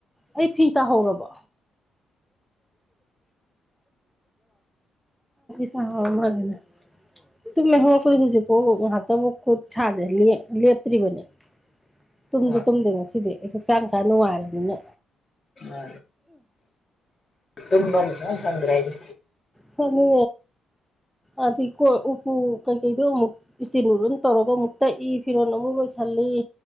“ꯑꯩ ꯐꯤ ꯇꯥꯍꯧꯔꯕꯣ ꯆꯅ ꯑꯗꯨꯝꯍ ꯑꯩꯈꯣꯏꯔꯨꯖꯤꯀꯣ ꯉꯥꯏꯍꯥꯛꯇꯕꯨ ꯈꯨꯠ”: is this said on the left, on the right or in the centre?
Centre